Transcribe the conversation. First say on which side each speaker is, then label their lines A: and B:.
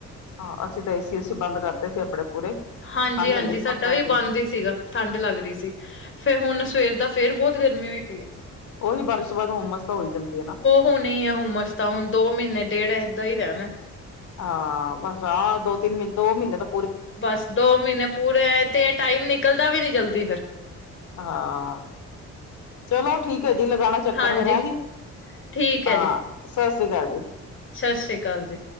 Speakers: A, on the left; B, on the left.
A: ਹਾਂ ਅਸੀ ਤਾ ਏ ਸੀ ਓ ਸੀ ਬਾਂਦ ਕਾਰਤੇ ਸੀ ਅਪਣੇ ਪੂਰੇ।
B: ਹਾਂਜੀ-ਹਾਂਜੀ
A: ਠੰਢ ਲੱਗਦੀ ਸੀ
B: ਸਾਡਾ
A: ਪੱਕਿਆਂ
B: ਵੀ
A: ਚ
B: ਬਾਂਦ ਈ ਸੀਗਾ ਠਾੱਡ ਲਾੱਗ ਰੀ ਸੀ। ਫੇਰ ਹੁਨ ਸਵੇਰ ਦਾ ਫੇਰ ਬੋਤ ਗਰਮੀ ਹੋਈ ਪੀ ਏ।
A: ਓਹੀ ਬਾਰਿਸ਼ ਤੋ ਬਾਦ ਹੁਮਸ ਤਾ ਹੋਈ ਜਾਂਦੀ ਏ ਨਾ।
B: ਹੋਨੀ ਈ ਐ ਹੁਮਸ ਤਾ ਓਨ ਦੋ-ਮੀਨੇ ਡੇਢ ਐਦਾ ਈ ਰੈਣੈ
A: ਹਾਂ ਬਾੱਸ ਆ ਦੋ-ਤਿੰਨ ਮੀਨ ਦੋ ਮੀਨੇ ਤਾ
B: ਬਾਸ ਦੋ ਮੀਨੇ ਪੂਰੇ ਤੇ ਐ ਟਾਈਮ ਨਿਕਲਦਾ ਵੀ ਨੀ ਜਲਦੀ ਫੇਰ।
A: ਹਾਂ, ਚਲੋ ਠੀਕ ਹੈ ਜੀ ਲਗਾਣਾ ਚੱਕਰ
B: ਹਾਂਜੀ।
A: ਫੇਰ ਹੈ ਜੀ,
B: ਠੀਕ
A: ਆ ਸਾਸੀ ਕਾਲ ਜੀ।
B: ਸ਼ਾਸ਼੍ਰੀ ਕਾਲ ਜੀ।